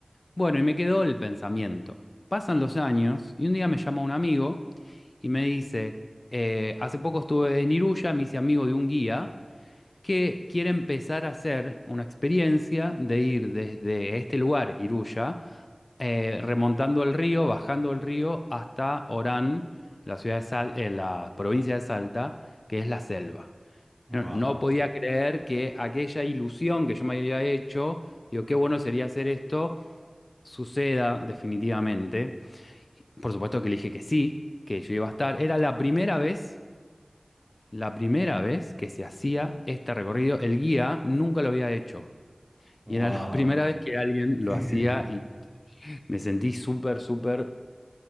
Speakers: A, on the left; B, on the right.
A: Bueno, y me quedó el pensamiento. Pasan los años y un día me llama un amigo y me dice, eh, hace poco estuve en Iruya, me hice amigo de un guía que quiere empezar a hacer una experiencia de ir desde este lugar, Iruya, eh, remontando el río, bajando el río hasta Orán, la ciudad de Sal- eh, la provincia de Salta, que es la selva.
B: Wow,
A: No, no podía creer que aquella ilusión que yo me había hecho, digo, qué bueno sería hacer esto suceda definitivamente. Por supuesto que le dije que sí, que yo iba a estar. Era la primera vez, la primera vez que se hacía este recorrido. El guía nunca lo había hecho.
B: wow.
A: Y era la <laughs> primera vez que alguien lo
B: <laughs>
A: hacía y me sentí súper, súper